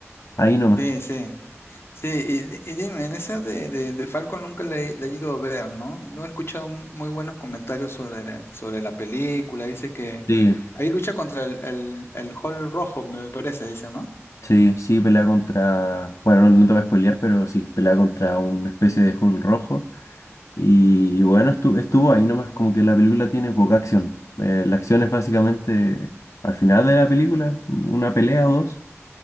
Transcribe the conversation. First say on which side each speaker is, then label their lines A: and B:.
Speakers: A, on the left; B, on the left.
A: ahí nomás.
B: Sí, sí. Sí, y, di- y dime, en esa de, de, de Falcon nunca la he, la he ido a ver, ¿no? No he escuchado m- muy buenos comentarios sobre, sobre la película. Dice que
A: Sí,
B: ahí lucha contra el, el, el Hall Rojo, me parece, dice, ¿no?
A: Sí, sí, pelea contra. Bueno, no, no te voy a spoilear, pero sí, pelea contra una especie de Hulk rojo. Y, bueno, estuvo, estuvo ahí nomás, como que la película tiene poca acción. Eh, la acción es básicamente al final de la película, una pelea o dos.